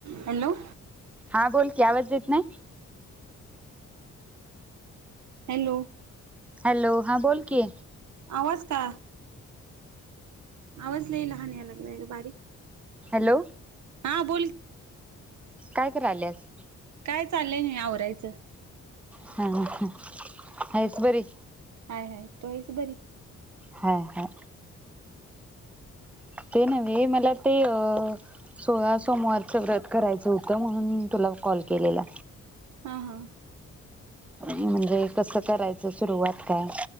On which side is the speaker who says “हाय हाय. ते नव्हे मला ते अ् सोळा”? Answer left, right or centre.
Centre